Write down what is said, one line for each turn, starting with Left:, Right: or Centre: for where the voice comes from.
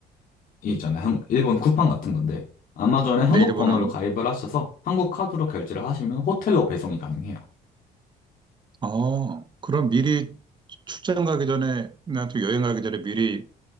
Left: 있잖아요. 한- 일본 쿠팡 같은 건데 아마존에 한국
Right: 네, 일본
Left: 번호를
Right: 안,
Left: 가입을 하셔서 한국 카드로 결제를 하시면 호텔로 배송이 가능해요.
Right: 어, 그럼 미리 출장 가기 전에, 나또 여행 가기 전에 미리